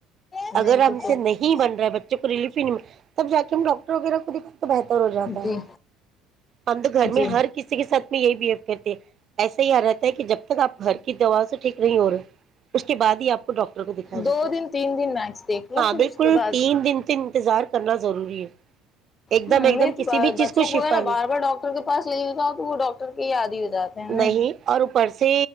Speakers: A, on the left (about 25°); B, on the right (about 45°).
A: نہیں
B: اگر ہم
A: تو پھر
B: سے نہیں بن رہا ہے بچوں کو ریلیف ہی نہیں تب ج کےے ہم ڈاکٹر وغیرہ کو دکھا تو بہتر ہو جاتا
A: جی
B: ہے ہم تو گھر میں
A: جی
B: ہر کسی کے ساتھ میں یہی بہیو کرتے ہیں ایسا ہی آ رہتا ہے کہ جب تک آپ گھر کی دوا سے ٹھیک نہیں ہو رہے اس کے بعد ہی آپ کو ڈاکٹر ر کو دکھایا جاتا
A: دو
B: ہے
A: دن تین دن میکس دیکھ لو
B: ہاں
A: پھر
B: بالکل
A: اس کے بعد
B: تین دن سے انتظار کرنا ضروری ہے ایک
A: ہ
B: دم ایک
A: نہیں
B: دم کسی بھی چیز
A: بچوں
B: شفا
A: کو ہے نا
B: نہیں
A: بار بار ڈاکٹر کے پاس لے لیتا ہ تو وہ ڈاکٹر کے یاد ہی ہو جاتے ہیں
B: نہیں
A: نا
B: اور اوپر سے